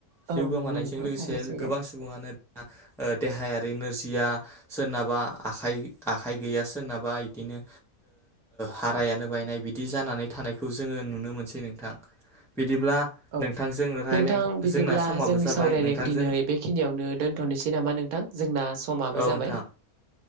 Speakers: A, in the centre; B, on the right.
A: जिउ
B: औ
A: गोमानायजों
B: नंगौ नोंथां
A: लोगोसे
B: थारैनो सैथो
A: गोबां सुबुङानो देहायारि नोरजिया सोरनाबा आखाइ गैया सोरनाबा बिदिनो हारायानो बायनाय बिदि जानानै थानायखौ जोङो नुनो मोनसै नोंथां बिदिब्ला
B: औ
A: नोंथांजों राय्लाय
B: नोंथां बिदिब्ला
A: जोंना समाबो
B: जोंनि
A: जाबाय
B: सावरायनायखौ
A: नोंथांजों
B: दिनै बेखिनियावनो दोनथनोसै नामा नोंथां जोंना समाबो
A: औ
B: जाबाय।
A: नोंथां